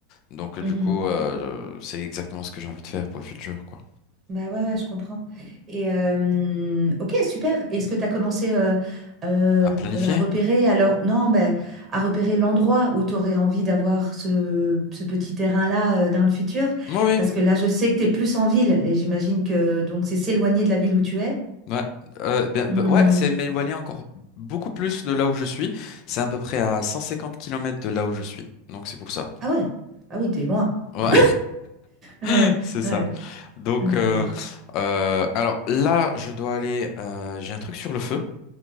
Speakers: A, on the left (about 50°); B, on the right (about 25°).
A: donc euh,
B: mhm.
A: du coup euh, c'est exactement ce que j'ai envie de faire pour le futur quoi
B: Bah ouais, ouais, je comprends. Et euh, ok, super. Est-ce que tu as commencé euh, euh,
A: à planifier
B: euh, à repérer, alors non, mais à repérer l'endroit où tu aurais envie d'avoir ce, ce petit terrain-là euh, dans le futur?
A: oui
B: Parce
A: oui
B: que là, je sais que tu es plus en ville et j'imagine que donc c'est s'éloigner de la ville où tu es.
A: Ouais, euh, bien, bah,
B: Hmm.
A: ouais, c'est mais éloigné encore beaucoup plus de là où je suis. C'est à peu près à 150 kilomètres de là où je suis. Donc c'est pour ça.
B: Ah ouais, ah oui, t'es loin.
A: Ouais,
B: <laughs> Euh,
A: <laughs> c'est ça.
B: ouais,
A: Donc
B: d'accord.
A: euh, euh, alors là, je dois aller. euh, j'ai un truc sur le feu.